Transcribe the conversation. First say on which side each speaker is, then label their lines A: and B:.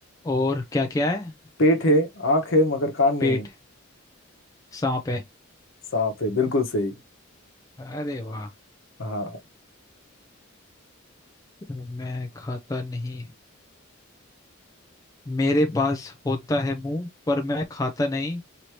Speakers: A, on the left; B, on the left.
A: और क्या क्या है
B: पेट है आँख है मगर कान
A: पेट
B: नहीं है
A: सांप है
B: सांप है बिल्कुल सही
A: अरे वाह
B: हाँ
A: मैं खाता नहीं मेरे पास होता है मुंह पर मैं खाता नहीं